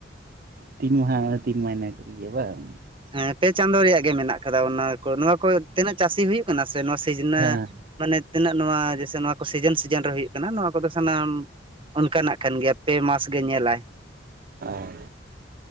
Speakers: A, on the right; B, on the right.
A: ᱛᱤᱱ ᱢᱟᱦᱟᱸ ᱛᱤᱱ ᱢᱟᱱᱮ ᱤᱭᱟᱹ ᱵᱟᱝ?
B: ᱦᱮᱸ ᱯᱮ ᱪᱟᱸᱫᱳ ᱨᱮᱭᱟᱜ ᱜᱮ ᱢᱮᱱᱟᱜ ᱠᱟᱫᱟ ᱚᱱᱟ ᱠᱚ ᱱᱚᱣᱟ ᱠᱚ ᱛᱤᱱᱟᱹᱜ ᱪᱟᱹᱥᱤ ᱦᱩᱭᱩᱜ ᱠᱟᱱᱟ ᱥᱮ ᱱᱚᱣᱟ ᱥᱤᱡᱽᱱᱟᱹ
A: ᱦᱮᱸ
B: ᱢᱟᱱᱮ ᱛᱤᱱᱟᱹᱜ ᱱᱚᱣᱟ ᱡᱮᱥᱮ ᱱᱚᱣᱟ ᱠᱚ ᱥᱤᱡᱮᱱ ᱥᱤᱡᱮᱱ ᱨᱮ ᱦᱩᱭᱩᱜ ᱠᱟᱱᱟ ᱱᱚᱣᱟ ᱠᱚᱫᱚ ᱥᱟᱱᱟᱢᱼᱼ ᱚᱱᱠᱟᱱᱟᱜ ᱠᱟᱱ ᱜᱮᱭᱟ ᱯᱮ ᱢᱟᱥ ᱜᱮ ᱧᱮᱞᱟᱭ᱾
A: ᱟᱨ